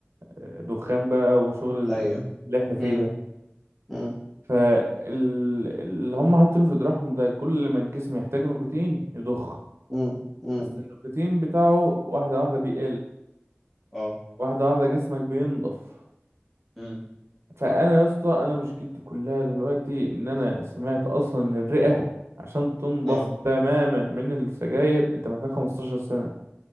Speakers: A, on the right (about 80°); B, in the centre.
A: آه، دخان بقى وشغل ال-
B: ايوه
A: اللي احنا فيه
B: امم
A: ده
B: امم
A: فاللي هم حاطينه في دراعهم ده كل ما الجسم يحتاج نيكوتين يضخ
B: امم امم
A: بس النيكوتين بتاعه واحدة واحدة بيقل
B: اه
A: واحدة واحدة جسمك بينضف
B: امم
A: فانا يا اسطى انا مشكلتي كلها دلوقتي ان انا سمعت اصلا ان الرئه عشان تنضف
B: اه
A: تماما من السجاير انت محتاج 15 سنه